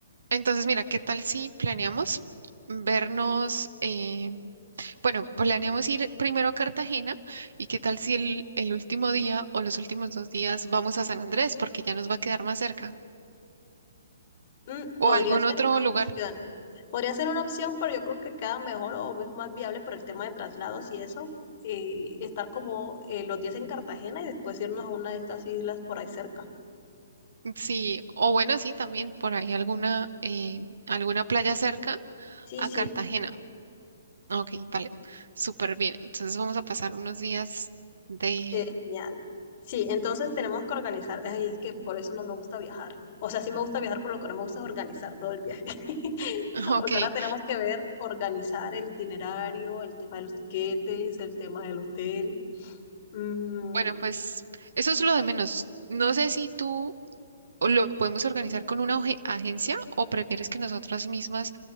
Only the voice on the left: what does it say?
Mm, podría
ser
una
opción. Podría ser una opción, pero yo creo que queda mejor o es más viable por el tema de traslados y eso, eh, estar como eh, los días en Cartagena y después irnos a una de estas islas por ahí cerca.
Sí,
sí.
Genial. Sí, entonces tenemos que organizar. Ay, es que por eso no me gusta viajar. O sea, sí me gusta viajar, por lo que no me gusta es organizar todo el viaje. <laughs>
Porque ahora tenemos que ver, organizar el itinerario, el tema de los tiquetes, el tema del hotel. Mm,